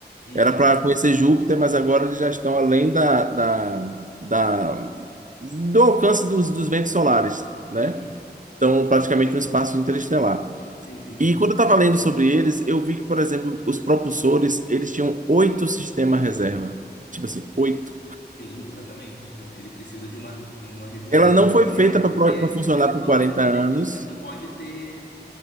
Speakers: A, on the left; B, on the right.
A: Uhum,
B: Era para conhecer Júpiter, mas agora eles já estão além da, da, da- do alcance dos, dos ventos solares, né?
A: uhum.
B: Estão praticamente no espaço interestelar.
A: Sim, sim.
B: E quando eu estava lendo sobre eles, eu vi que, por exemplo, os propulsores, eles tinham oito sistemas reserva. Tipo assim, oito.
A: Sim, exatamente, né? Ele precisa de uma, uma redundância
B: Ela não foi
A: enorme,
B: feita para
A: porque é
B: funcionar
A: o que você falou,
B: por 40
A: não
B: anos.
A: tem, não, pre- não pode ter.